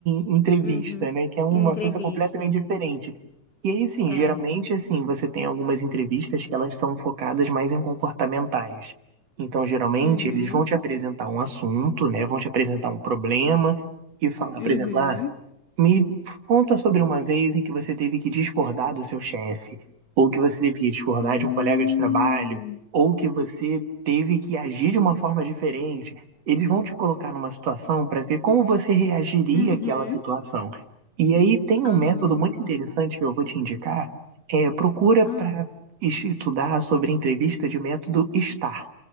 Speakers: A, on the right; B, on the left.
A: em entrevista,
B: uhum.
A: né? Que é uma
B: Entrevista,
A: coisa completamente diferente. E aí, sim,
B: é.
A: geralmente, assim, você tem algumas entrevistas que elas são focadas mais em comportamentais. Então, geralmente,
B: Uhum,
A: eles vão te apresentar um assunto, né? Vão te apresentar um problema e falar,
B: uhum.
A: por exemplo, ah, me conta sobre uma vez em que você teve que discordar do seu chefe, ou que você teve que discordar
B: Hum,
A: de um colega de trabalho, ou que você teve que agir de uma forma diferente. Eles vão te colocar numa situação para ver como você reagiria
B: uhum.
A: àquela situação. E aí tem
B: Ah,
A: um método muito interessante que eu vou te indicar. É, procura
B: ah.
A: para estudar sobre entrevista de método STAR